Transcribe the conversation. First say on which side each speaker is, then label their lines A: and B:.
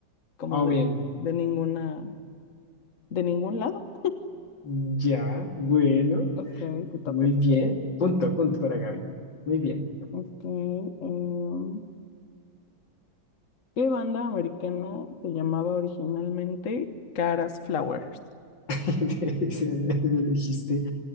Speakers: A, on the left; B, on the left.
A: como
B: Ah,
A: de,
B: bien.
A: de ninguna, de ningún lado.
B: Ya, bueno.
A: Ok, te toca,
B: Muy
A: te
B: bien.
A: toca.
B: Punto, punto para Gaby. Muy bien.
A: Ok, em, ¿Qué banda americana se llamaba originalmente Caras Flowers?
B: <laughs> Me lo dijiste,